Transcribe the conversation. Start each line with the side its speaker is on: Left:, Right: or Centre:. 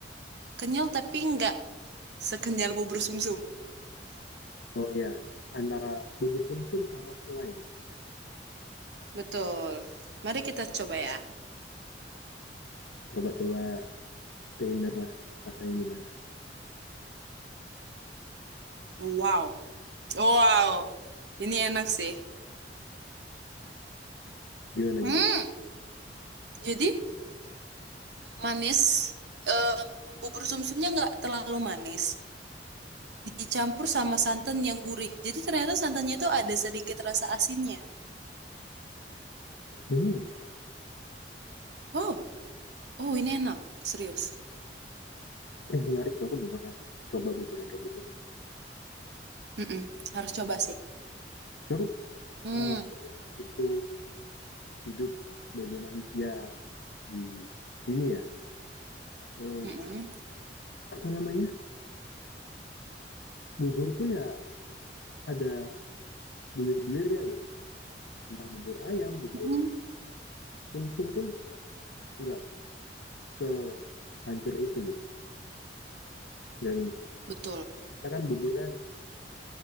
Right: kenyal tapi nggak sekenyal bubur sumsum.
Left: Oh iya, antara bubur sumsum sama selai gitu.
Right: Betul. Mari kita coba ya.
Left: Coba-coba Tenernya rasanya gimana?
Right: Wow. Wow. Ini enak sih.
Left: Gimana gimana?
Right: Hmm. Jadi manis. Eh, bubur sumsumnya nggak terlalu manis. Dicampur sama santan yang gurih. Jadi ternyata santannya itu ada sedikit rasa asinnya.
Left: Hmm,
Right: Wow. Oh, ini enak. Serius.
Left: eh menarik tuh aku belum pernah coba buburan kayak gitu.
Right: Mm-mm. Harus coba sih.
Left: Cukup
Right: Hmm.
Left: eh hidupku hidup sebagai manusia di sini ya. Eh,
Right: Mm-mm.
Left: apa namanya? Bubur tuh ya ada bulir-bulirnya gitu. Entah bubur ayam, bubur
Right: Mm-mm.
Left: sumsum pun nggak sehancur itu gitu. Dan
Right: Betul.
Left: kita kan bubur kan,